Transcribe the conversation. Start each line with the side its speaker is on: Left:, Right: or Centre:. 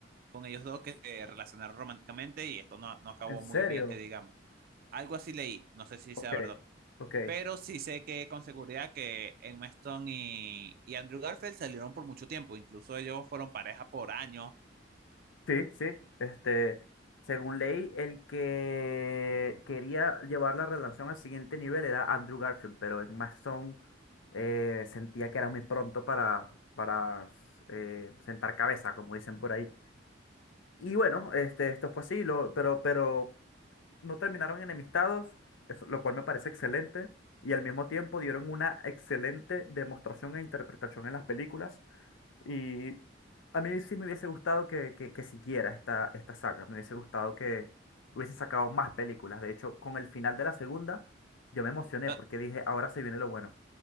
Right: con ellos dos que se relacionaron románticamente y esto no, no acabó
Left: ¿En serio?
Right: muy bien, que digamos. Algo así leí, no sé si
Left: Ok,
Right: sea verdad.
Left: ok.
Right: Pero sí sé que con seguridad que Emma Stone y, y Andrew Garfield salieron por mucho tiempo. Incluso ellos fueron pareja por años.
Left: Sí, sí. Este, según leí, el que quería llevar la relación al siguiente nivel era Andrew Garfield, pero en Mason eh, sentía que era muy pronto para, para eh, sentar cabeza, como dicen por ahí. Y bueno, este, esto fue así, lo, pero, pero no terminaron enemistados, eso- lo cual me parece excelente, y al mismo tiempo dieron una excelente demostración e interpretación en las películas. Y a mí sí me hubiese gustado que, que, que siguiera esta, esta saga, me hubiese gustado que hubiesen sacado más películas. De hecho, con el final de la segunda, yo me emocioné
Right: Lo-
Left: porque dije, ahora se viene lo bueno.